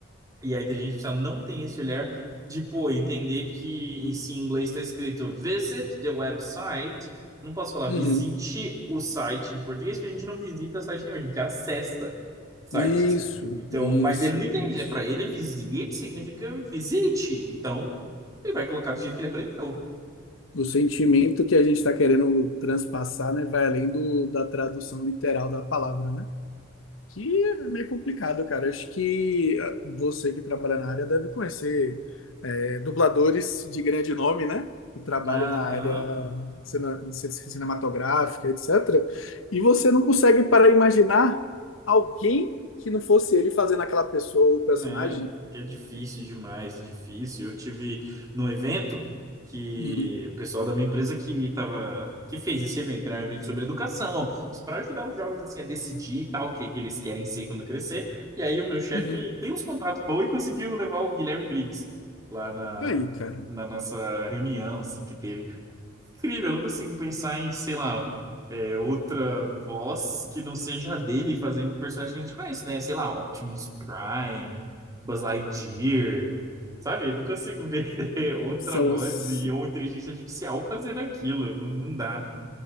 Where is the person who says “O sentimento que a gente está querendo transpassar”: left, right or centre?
Left